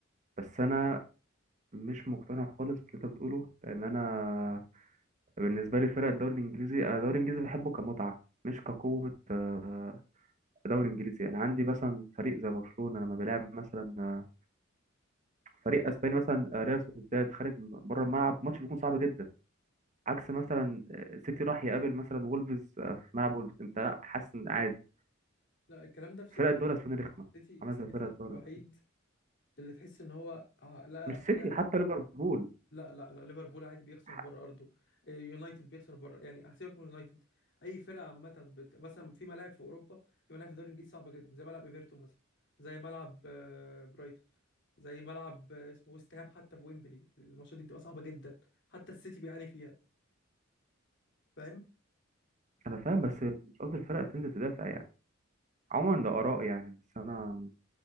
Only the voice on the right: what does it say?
بس انا مش مقتنع خالص باللي انت بتقوله لان انا بالنسبة لي فرق الدوري الإنجليزي أنا الدوري الإنجليزي بحبه كمتعة مش كقوة آه، دوري إنجليزي يعني عندي مثلا فريق زي برشلونة لما بيلعب مثلا آه، فريق أسباني مثلا آه، ريال سوسيداد خارج بره الملعب ماتش بيكون صعب جدا عكس مثلا آه، سيتي راح يقابل مثلا وولفز آه، في ملعب وولفز أنت لا حاسس إن عادي
فرق الدوري
الأسباني رخمة
عاملة
زي فرق الدوري
الإيطالي.
مش
سيتي حتى ليفربول
ح-
أنا فاهم بس مش قصدي الفرق تنزل تدافع يعني عموما ده آراء يعني بس أنا